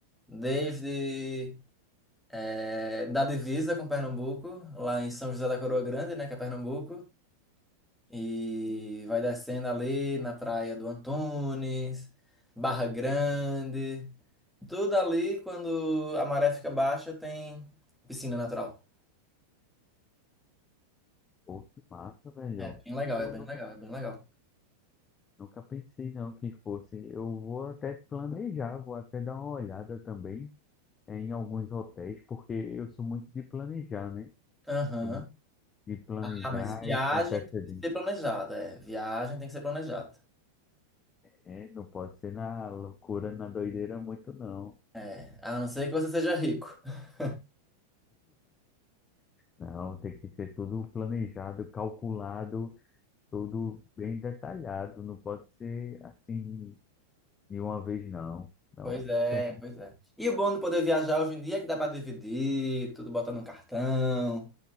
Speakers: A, in the centre; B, on the left.
A: Desde eh, da divisa com Pernambuco, lá em São José da Coroa Grande, né, que é Pernambuco, E vai descendo ali na praia do Antunes, Barra Grande. Tudo ali, quando a maré fica baixa, tem piscina natural.
B: Pô, que massa, velho.
A: É bem legal,
B: Pô,
A: é bem
B: nunca,
A: legal, é bem legal.
B: nunca pensei não que fosse. Eu vou até planejar, vou até dar uma olhada também eh, em alguns hotéis, porque eu sou muito de planejar, né?
A: Aham.
B: Sou muito de planejar
A: Ah, mas viagem
B: eh, com antecedência.
A: tem que ser planejada. É, viagem tem que ser planejada.
B: É, não pode ser na loucura, na doideira muito, não.
A: É, a não ser que você seja rico. <laughs>
B: Não, tem que ser tudo planejado, calculado tudo bem detalhado, não pode ser assim de uma vez não, não
A: Pois é,
B: terminar
A: pois é. E o bom de poder viajar hoje em dia é que dá pra dividir, tudo bota no cartão.